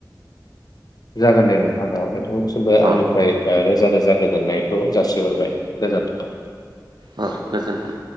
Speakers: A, on the left; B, on the right.
A: जागोन दे नोंथा <unintelligible> सिमबो
B: अ
A: आंनिफ्राय ओ रोजा रोजा गोजोननायखौ जासिहरबाय गोजोन
B: अ गोजोन्थों